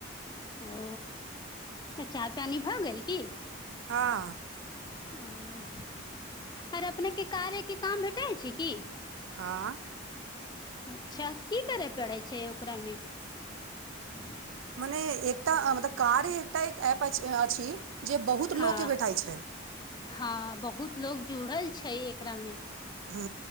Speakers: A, on the left; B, on the right.
A: ओ त चाह पानी भऽ गेल की
B: हँ
A: ओ आर अपनेके कार्यके काम भेटैत छै की
B: हँ
A: अच्छा की करे पड़ै छै ओकरामे <inaudible>
B: एक मतलब कार्य एकटा एक एप <unintelligible> जे बहुत
A: हँ
B: लोकके भेठाइ छै
A: हँ बहुत लोग जुड़ल छै एकरा मे
B: ह